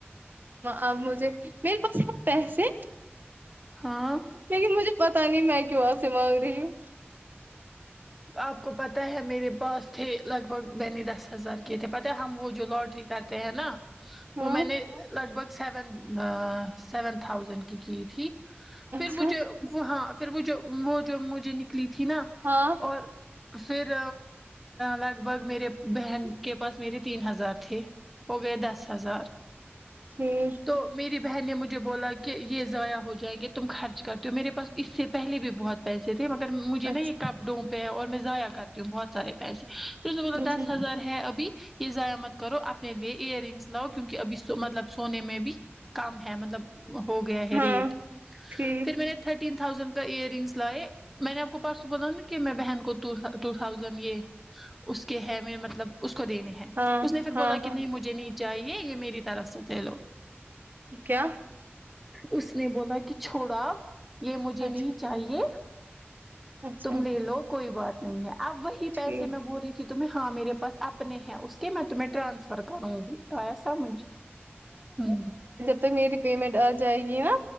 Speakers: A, on the right; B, in the centre.
A: ا مجھے میرے پاس ہے پیسے
B: ہاں
A: لیکن مجھے پتا نہیں میں کیوں آپ سے مانگ رہی ہوں
B: آپ کو پتہ ہے میرے پاس تھے لگ بھگ میں نے دس ہزار کی تھے پتہ ہم وہ جو لاٹری کرتے ہیں نا
A: ہاں
B: وہ میں نے لگ بھگ سیون سیون تھاؤزینڈ کی کی تھی پھر
A: اچھا
B: وہ جوے وہ ہاں پھر وہ جو وہ جو مجھے نکلی تھی نا
A: ہاں
B: اور پھر لگ بھگ میرے بہن کے پاس میرے تین ہزار تھے ہو گئے دس ہزار
A: ہوں
B: تو میری بہن نے مجھے بولا کہ یہ ضائع ہو جائیں گے تم خرچ کرتے ہو میرے پاس اس سے پہلے بھی بہت پیسے تھے مگر مجھے نا
A: اچھا
B: یہ کپڑوں پے اور میں زیا کرتی ہوں بہت سارے پیسے پھر اس نے بولا
A: اچھا
B: دس ہزار ہے ابھی یہ ضائع مت کرو اپنے لیے ایئر رنگس لاؤ کیونکہ ابھی مطلب سونے میں بھی کم ہے مطلب ہو گیا ہے
A: ہاں
B: ریٹ
A: ٹھیک
B: پھر میں نے تھرٹین تھاؤزینڈ کا ایئر رنگس لائے میں نے آپ کو پاس ب نا کہ میں بہن کو ٹو تھازینڈ یہ اس کے ہے مطلب اس کو دینے ہے
A: ہاں
B: اس نے پھر
A: ہاں
B: بولا کہ
A: ہاں
B: نہیں مجھے نہیں چاہیے یہ میری طرف سے لے لو
A: کیا
B: اس نے بولا کہ چھوڑو اپ یہ مجھے
A: اچھا
B: نہیں چاہیے
A: اچھا
B: تم لے لو کوئی بات نہیں ہے اب وہی پیسے
A: ٹھیک
B: میں بول رہی کے تمہیں ہاں میرے پاس اپنے ہیں اس کے مت تو میں ٹرانسفر کروں گی آیا سا مجھ ہوں
A: تو میری پیمنٹ آ جائے گی نا